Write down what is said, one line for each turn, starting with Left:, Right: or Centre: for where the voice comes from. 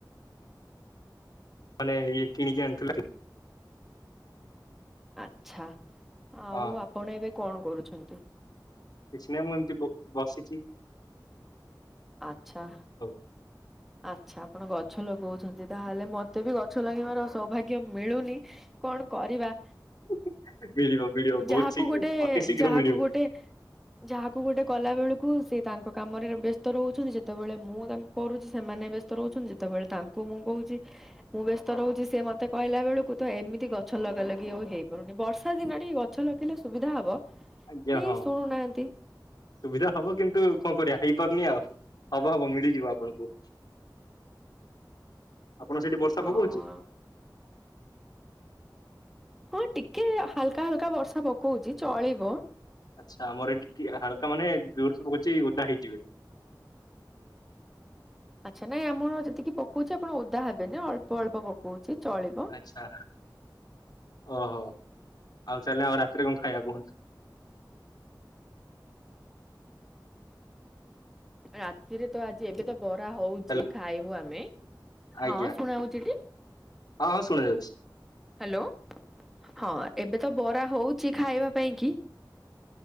Left: ମାନେ ଇଏ କିଣିକି ଆଣିଥିଲୁ
Centre: ଆଚ୍ଛା ଆଉ
Left: ହଁ
Centre: ଆପଣ ଏବେ କଣ କରୁଛନ୍ତି?
Left: କିଛି ନାହିଁ ମୁଁ ଏମିତି ବସିଚି।
Centre: ଆଚ୍ଛା।
Left: ହ
Centre: ଆଚ୍ଛା ଆପଣ ଗଛ ଲଗଉଛନ୍ତି ତାହେଲେ ମତେ ବି ଗଛ ଲଗେଇବାର ସୌଭାଗ୍ୟ ମିଳୁନି। କଣ କରିବା?
Left: ଆ ମିଳିବ ମିଳିବ। ବହୁତ
Centre: ଯାହାକୁ
Left: ଶୀଘ୍ର
Centre: ଗୋଟେ
Left: ଅତି ଶୀଘ୍ର
Centre: ଯାହାକୁ
Left: ମିଳିବ
Centre: ଗୋ ଯାହାକୁ ଗୋଟେ କଲା ବେଳକୁ ସେ ତାଙ୍କ କାମରେ ବ୍ୟସ୍ତ ରହୁଛନ୍ତି ସେତେବେଳେ ମୁଁ ତା କରୁଚି ସେମାନେ ବ୍ୟସ୍ତ ରହୁଚନ୍ତି ଯେତେବେଳେ ତାଙ୍କୁ ମୁଁ କହୁଚି। ମୁଁ ବ୍ୟସ୍ତ ରହୁଚି, ସିଏ ମତେ କହିଲା ବେଳକୁ ତ ଏମିତି ଗଛ ଲଗା ଲଗି ଆଉ ହେଇପାରୁନି ବର୍ଷା ଦିନ ନାଇଁ ଗଛ ଲଗେଇଲେ ସୁବିଧା ହବ
Left: ଆଜ୍ଞା
Centre: କେହି
Left: ହଁ।
Centre: ଶୁଣୁନାହାନ୍ତି।
Left: ସୁବିଧା ହବ କିନ୍ତୁ କଣ କରିବା ହେଇପାରୁନି ଆଉ। ହବ ହବ ମିଳିଯିବ ଆପଣଙ୍କୁ, ଆପଣ ସେଠି ବର୍ଷା
Centre: ହଁ
Left: ପକଉଚି?
Centre: ହଁ ଟିକେ ହାଲକା ହାଲକା ବର୍ଷା ପକଉଚି ଚଳିବ।
Left: ଆଚ୍ଛା ଆମର ଏଠି ହାଲକା ମାନେ ଜରସେ ପକାଉଛି ଓଦା ହେଇଯିବେ।
Centre: ଆଚ୍ଛା ନାଇଁ ଆମର ଯେତିକି ପକଉଛି ଆପଣ ଓଦା ହେବେନି ଅଳ୍ପ ଅଳ୍ପ ପକଉଚି ଚଳିବ।
Left: ଆଚ୍ଛା ଓହୋ ଆଉ ଚାହଲେ ଆଉ ରାତିରେ କଣ ଖାଇବା କୁହନ୍ତୁ?
Centre: ରାତିରେ ତ ଆଜି ଏବେ ତ ବରା ହୋଉଚି
Left: ହ୍ୟାଲୋ
Centre: ଖାଇବୁ ଆମେ। ହଁ
Left: ଆଜ୍ଞା
Centre: ଶୁଣା ହଉଛି ଟି
Left: ହଁ ହଁ ଶୁଣା ଯାଉଚି।
Centre: ହ୍ୟାଲୋ ହଁ ଏବେ ତ ବରା ହୋଉଚି ଖାଇବା ପାଇଁ କି।